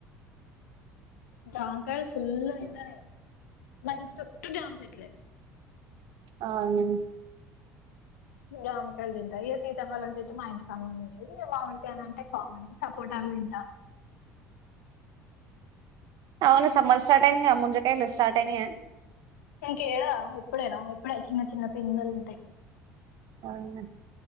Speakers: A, on the left; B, on the right.
A: జాంకాయలు ఫుల్లు దింటా నేను మా ఇంటి చుట్టూ జాం చేట్లే
B: ఆనియన్
A: జమకాయలు దింటా ఇగ సీతాకాలళం చేట్టు మా ఇంటికన్నె ఉంది మామిడికాయలంటే కామన్ సపోటాలు దింటా
B: అవును సమ్మర్ స్టార్ట్ అయింది గా ముూంజు కాయలు స్టార్ట్ అయినయ
A: ఇంకేడా ఇప్పుడేనా ఇప్పుడే చిన్న చిన్న పిందెలు ఉంటాయి
B: అవునా